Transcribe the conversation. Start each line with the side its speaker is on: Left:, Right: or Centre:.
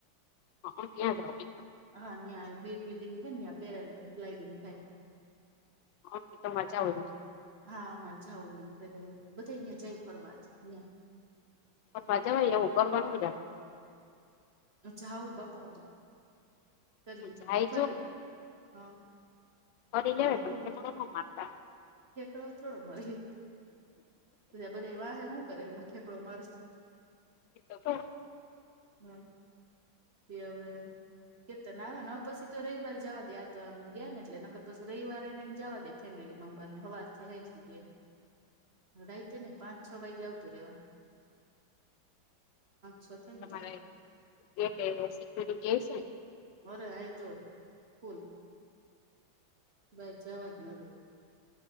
Left: <unintelligible>
Right: હા અહી ત્યા બેર બિલ્ડિંગ છે ને ત્યા પેરાગ્લાઈડિંગ થાય.
Left: હ તો મજા આવ <unintelligible>
Right: હા અમારે જાવુ ને એટલે બધાય ત્યા જાય ફરવા જ
Left: પણ મજામા એવુ ફરવાનુ
Right: અચ્છા આવું બાપા બધ કરીએ
Left: જાય
Right: ફરીએ હા <unintelligible>
Left: ફરી જાઓ
Right: પણ
Left: ને તો ત્યા
Right: ઉડ
Left: ઠેકડો ના માંગતા
Right: ઠેકડો થોડો મળે બધા વાહે સુ કરે હુ ઠેકડો મારુ તો
Left: <inaudible>
Right: હમ તે હવે કે તોને આવે પછી તો રવિવાર જવા દે આ તો આમ ગયા ને એટલે નહિતો પછી રવિવાર એને આમ જવા દે ફેમિલી મેમ્બર ને સવાર થી સાંજ સુધી એમ રાત ને પાંચ છ વાગ્યે આવતુ રહેવાનુ. છ થાય
Left: તમારે
Right: ને તા
Left: ગેટે સિક્યુરિટી હસે ને?
Right: અરે અહી તો ફૂલ. બહાર જવાજ ના દે